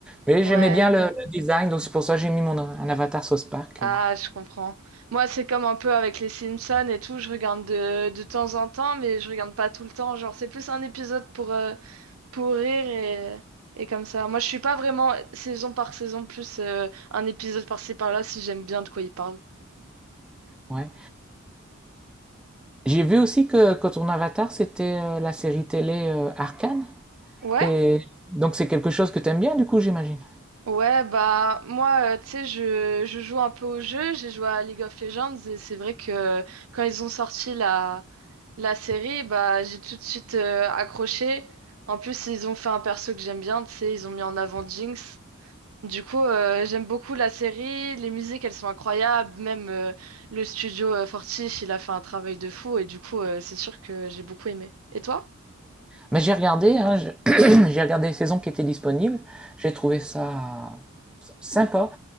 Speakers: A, in the centre; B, on the right.
A: Mais
B: Ouais.
A: j'aimais bien le, le design, donc c'est pour ça que j'ai mis mon un avatar South Park.
B: Ah,
A: euh,
B: je comprends. Moi, c'est comme un peu avec les Simpsons et tout, je regarde de, de temps en temps, mais je regarde pas tout le temps. Genre, c'est plus un épisode pour, euh, pour rire et, et comme ça. Moi, je suis pas vraiment saison par saison, plus euh, un épisode par-ci par-là si j'aime bien de quoi ils parlent.
A: ouais. J'ai vu aussi que, que ton avatar, c'était euh, la série télé euh, Arcane.
B: Ouais?
A: Et donc c'est quelque chose que t'aimes bien, du coup, j'imagine.
B: Ouais, bah, moi, euh, tu sais, je, je joue un peu au jeu, j'ai joué à League of Legends et c'est vrai que euh, quand ils ont sorti La série, bah, j'ai tout de suite euh, accroché. En plus, ils ont fait un perso que j'aime bien, tu sais, ils ont mis en avant Jinx. Du coup, euh, j'aime beaucoup la série, les musiques, elles sont incroyables, même euh, le studio euh, Fortiche, il a fait un travail de fou, et du coup, euh, c'est sûr que j'ai beaucoup aimé. Et toi?
A: Mais j'ai regardé, hein, j'ai <clears throat> j'ai regardé les saisons qui étaient disponibles. J'ai trouvé ça sympa.